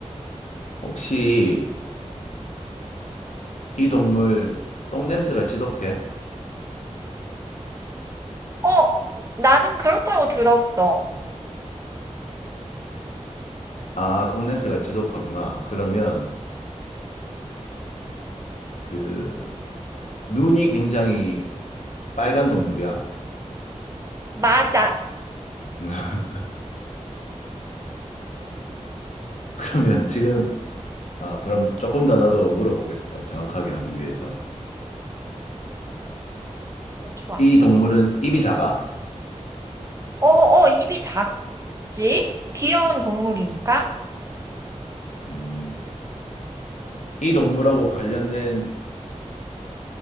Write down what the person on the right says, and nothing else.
어, 나는 그렇다고 들었어.
맞아.
어, 좋아.
어, 어, 입이 작지? 귀여운 동물이니까?